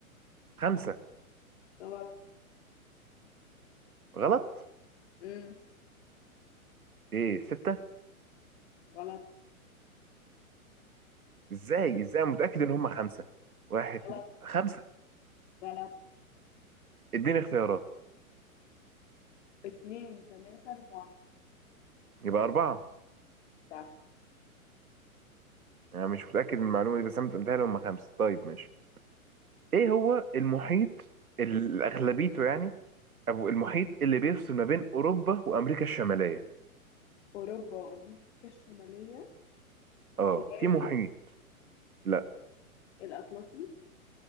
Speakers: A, on the right (about 75°); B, on the left (about 50°).
A: خمسة
B: غلط
A: غلط
B: مم.
A: ايه ستة
B: غلط
A: ازاي ازاي أنا متأكد ان هم خمسة واحد
B: غلط
A: اتنين خمسة
B: غلط
A: اديني اختيارات
B: اتنين تلاتة أربعة
A: يبقى أربعة
B: صح
A: أنا مش متأكد من المعلومة دي بس أنا متهيألي هم خمسة طيب ماشي إيه هو المحيط ال- أغلبيته يعني أو المحيط اللي بيفصل ما بين أوروبا وأمريكا الشمالية
B: أوروبا وأمريكا الشمالية
A: أه
B: الهادي
A: في محيط لا
B: الأطلسي